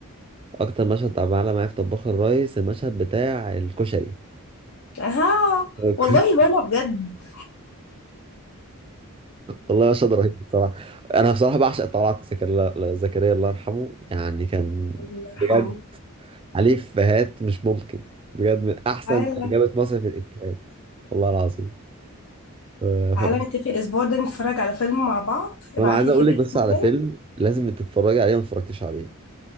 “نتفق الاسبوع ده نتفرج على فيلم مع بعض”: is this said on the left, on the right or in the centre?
Left